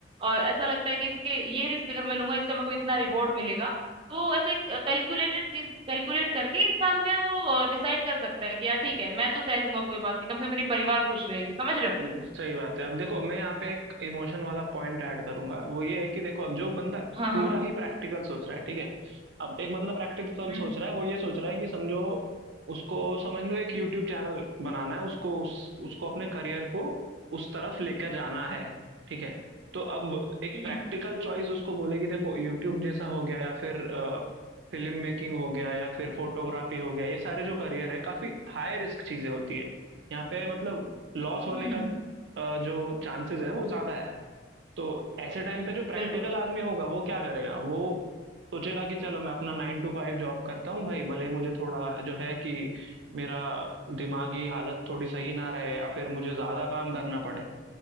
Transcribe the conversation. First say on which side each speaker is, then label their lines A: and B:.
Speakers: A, on the right; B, on the right.
A: और ऐसा लगता है कि इसके ये रिस्क अगर मैं लूंगा इसका मेरे को इतना रिवॉर्ड मिलेगा तो ऐसे कैलकुलेटेड चीज कैलकुलेट करके इंसान जो है वो डिसाइड कर सकता है कि यार ठीक है मैं तो सह लूंगा कोई बात नहीं कम से कम मेरी परिवार खुश रहेगी समझ रहे हो
B: हम्म, सही बात है अब देखो मैं यहाँ पे एक इमोशन वाला पॉइंट ऐड करूंगा वो ये है कि देखो अब जो बंदा
A: हाँ
B: पूरा
A: हाँ
B: ही प्रैक्टिकल सोच रहा है ठीक है अब एक बंदा प्रैक्टिकल
A: हम्म
B: सोच रहा है वो ये सोच रहा है कि समझो उसको समझ लो एक यूट्यूब चैनल बनाना है उसको उस, उसको अपने करियर को उस तरफ लेकर जाना है ठीक है तो अब एक
A: हम्म
B: प्रैक्टिकल चॉइस उसको बोलेगी देखो यूट्यूब जैसा हो गया या फिर फिल्म मेकिंग हो गया या फिर फोटोग्राफी हो गया ये सारे जो करियर है काफी हाई रिस्क चीजें होती है यहाँ पे मतलब लॉस होने
A: हम्म,
B: का अ, जो चांसेस है वो ज्यादा है तो ऐसे टाइम पे जो प्रैक्टिकल
A: बिल्कुल
B: आदमी होगा वो क्या करेगा वो सोचेगा कि चलो मैं अपना नाइन टू फाइव जॉब करता हूँ भाई भले ही मुझे थोड़ा जो है कि मेरा दिमागी हालत थोड़ी सही ना रहे या फिर मुझे ज्यादा काम करना पड़े